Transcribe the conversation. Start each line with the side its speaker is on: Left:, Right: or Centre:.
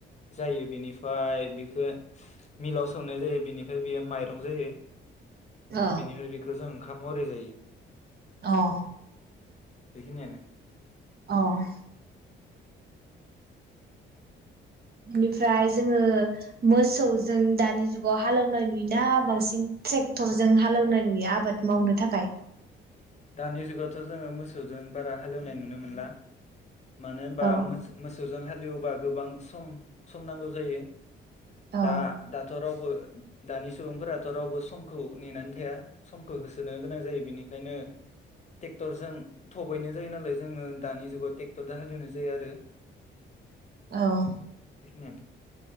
Left: जायो बिनिफाय बिखौ मिलाव सौनाय जायो बिनिफाय बियो माइरं जायो
Right: अ
Left: बेनिफाय बेखौ जों खामरै जायो
Right: औ
Left: बेखिनियानो
Right: औ बेनिफ्राय जोङो मोसौजों दानि जुगाव हालौनाय नुयोना बांसिन ट्रेक्टरजों हालौनाय नुयो आबाद मावनो थाखाय
Left: दानि जुगावथ जोङो मोसौजों बारा हालौनाय नुनो मोनला मानो होनबा
Right: औ
Left: मोसौ मोसौजों हालेवबा गोबां सम सम नांगौ जायो
Right: औ
Left: दा दाथ' राव दानि सुबुंफोराथ' रावबो सम नेनानै थखौ होसोनो गोनां जायो बेनिखायनो ट्रेक्टरजों थबैनो जायो नालाय जोङो दानि जुगाव ट्रेक्टर द हालेवनाय जायो आरो
Right: औ
Left: मोन